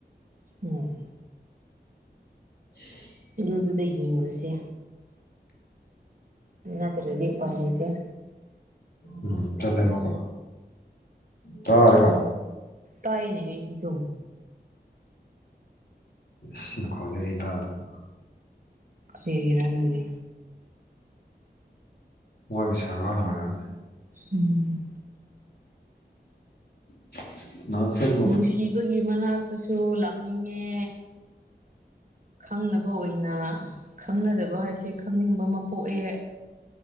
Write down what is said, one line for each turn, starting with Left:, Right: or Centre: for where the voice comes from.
Right: ꯑꯝ
Left: ꯍꯝ
Right: ꯑꯗꯨꯗꯨꯗ ꯌꯦꯡꯉꯨꯔꯁꯦ ꯅꯠꯇꯔꯗꯤ ꯎꯄꯥꯏ ꯂꯩꯇ‌ꯦ
Left: ꯎꯝ ꯆꯠꯂꯦ ꯑꯃꯨꯛꯀ ꯇꯥꯔꯒ
Right: ꯇꯥꯏꯅꯦ ꯑꯩꯗꯤ ꯑꯗꯨꯝ
Left: ꯁꯤ ꯃꯈ‌ꯣꯜꯗꯤ ꯑꯩ ꯇꯗꯕ
Right: ꯀꯔꯤꯒꯤꯔ ꯑꯗꯨꯗꯤ
Left: ꯋꯥꯔꯤ ꯁꯥꯕ ꯂ‌ꯣꯏꯔꯝꯅꯤ
Right: ꯎꯝ
Left: ꯍꯝ ꯂꯥꯛꯑꯣ ꯐ‌ꯦ
Right: ꯅꯨꯡꯁꯤꯕꯒꯤ ꯃꯅꯥꯛꯇꯁꯨ ꯂꯥꯛꯅꯤꯡꯉꯦ ꯈꯪꯅꯕ ꯑꯣꯏꯅ ꯈꯪꯅꯗꯕ ꯍꯥꯏꯁꯦ ꯈꯪꯅꯤꯡꯕ ꯑꯃ ꯄꯣꯛꯑꯦ